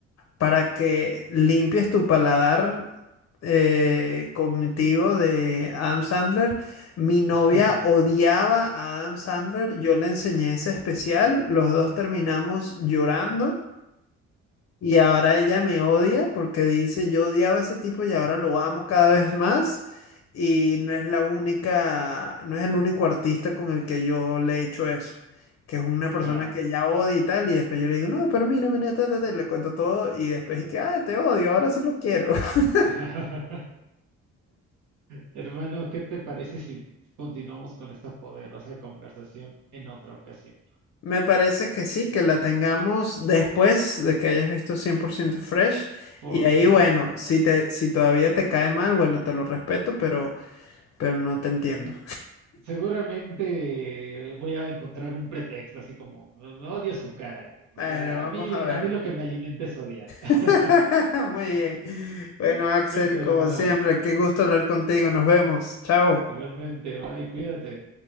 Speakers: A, on the left; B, on the right.
A: para que limpies tu paladar eh, cognitivo de Adam Sandler. Mi novia
B: <laughs>
A: odiaba a Adam Sandler, yo le enseñé ese especial, los dos terminamos llorando y ahora ella me odia porque dice, yo odiaba a ese tipo y ahora lo amo cada vez más. Y no es la única, no es el único artista con el que yo le he hecho eso. Que es una persona
B: Guau.
A: que ya odia y tal. Y después yo le digo, no, pero mira, mira, ta, ta, ta", y le cuento todo. Y después es que, ah, te odio, ahora sí lo quiero. <laughs>
B: <laughs> Hermano, ¿qué te parece si continuamos con esta poderosa conversación en otra ocasión?
A: Me parece que sí, que la tengamos después de que hayas visto cien por ciento Fresh.
B: Por
A: Y ahí,
B: supuesto.
A: bueno, si te, si todavía te cae mal, bueno, te lo respeto, pero, pero no te entiendo.
B: Seguramente voy a encontrar un pretexto, así como "Mm, odio su cara. O
A: Bueno,
B: sea,
A: vamos
B: a mí,
A: a ver.
B: a mí lo que me alimenta es odiar. <laughs>
A: <laughs> Muy bien. Bueno, Axel,
B: Cuídate, hermano.
A: como siempre, qué gusto hablar contigo. Nos vemos. Chao.
B: Igualmente, bye, cuídate.